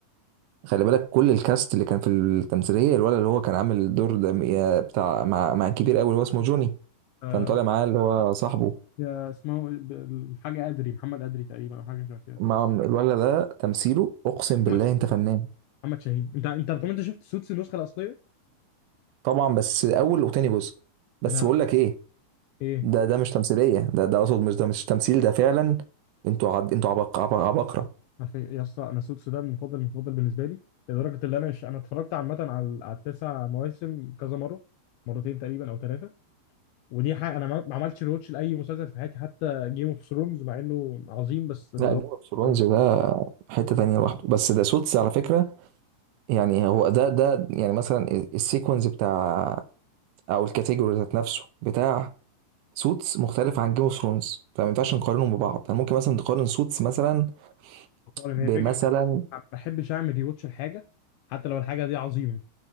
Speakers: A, on the right; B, on the left.
A: خلي بالك كل الكاست اللي كان في التمثيلية الولد اللي هو كان عامل الدور ده م- يا بتاع مع مع كبير أوي اللي هو اسمه جوني
B: آه،
A: كان طالع معاه اللي هو صاحبه
B: يا اسمه إيه؟ ب- حاجه ادري محمد ادري تقريبا او حاجه شبه كده
A: مع الولد ده تمثيله أقسم بالله
B: محمد
A: أنت فنان
B: محمد شاهين انت انت طب انت شفت سوتس النسخه الاصليه
A: طبعا بس اول وتاني جزء بس
B: انا
A: بقول لك ايه
B: ايه
A: ده ده مش تمثيليه ده ده اقصد مش ده مش تمثيل ده فعلا انتوا عد... انتوا عبق... عبق... عبقره
B: عارف إيه؟ يا اسطى انا سوتس ده المفضل المفضل بالنسبه لي لدرجه ان انا مش انا اتفرجت عامه على على التسع مواسم كذا مره مرتين تقريبا او ثلاثه ودي حاجه انا ما ما عملتش ريوتش لاي مسلسل في حياتي حتى جيم اوف ثرونز مع انه عظيم بس اللي
A: لا
B: هو
A: جيم اوف ثرونز
B: انا
A: ده حته تانية لوحده بس ده سوتس على فكره يعني هو ده ده يعني مثلا السيكونز بتاع او الكاتيجوري ذات نفسه بتاع سوتس مختلف عن جيم اوف ثرونز فما ينفعش نقارنهم ببعض يعني ممكن مثلا تقارن سوتس مثلا
B: عارف
A: بمثلا
B: هي فكرة ما بحبش أعمل ريوتش الحاجة حتى لو الحاجة دي عظيمة